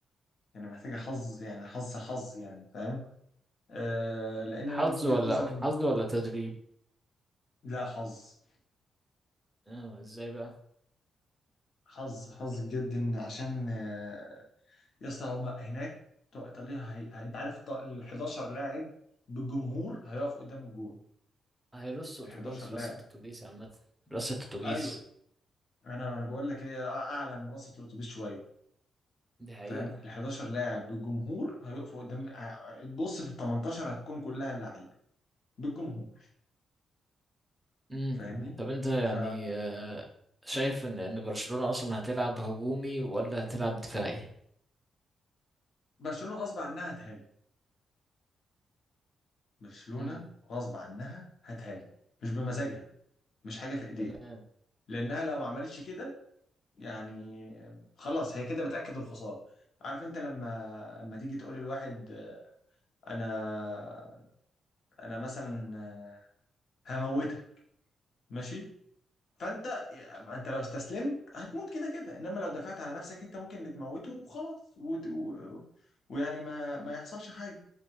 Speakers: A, on the left (about 55°); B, in the centre.
A: يعني محتاجة حظ يعني حظ حظ يعني فاهم آه لان
B: حظ
A: انا من وجهة
B: ولا
A: نظري إن-
B: حظ ولا تدريب
A: لا حظ
B: اه ازاي بقى
A: حظ حظ بجد ان عشان آه، يا اسطى هما هناك بتوع ايطاليا هي... هي- انت عارف ال 11 لاعب بالجمهور هيقف قدام الجول
B: هيرص اتوبيس
A: ال 11 لاعب
B: رصة اتوبيس عامة رصة اتوبيس
A: ايوه انا انا بقول لك ايه أع- اعلى من رصه الاتوبيس شويه
B: دي حقيقة
A: فاهم ال 11 لاعب بالجمهور هيقفوا قدام ه- تبص في ال 18 هتكون كلها اللعيبه بالجمهور
B: امم
A: فاهمني
B: طب انت يعني
A: ف
B: آه، شايف ان ان برشلونة اصلا هتلعب هجومي ولا هتلعب دفاعي
A: برشلونة غصب عنها هتهاجم برشلونة
B: امم
A: غصب عنها هتهاجم مش بمزاجها مش حاجة في ايديها
B: تمام
A: لانها لو ما عملتش كده يعني خلاص هي كده بتأكد الخسارة عارف انت لما لما تيجي تقول لواحد انا انا مثلا هموتك ماشي فانت ما انت لو استسلمت هتموت كده كده انما لو دفعت على نفسك انت ممكن اللي تموته وخلاص وت... و... ويعني ما ما يحصلش حاجه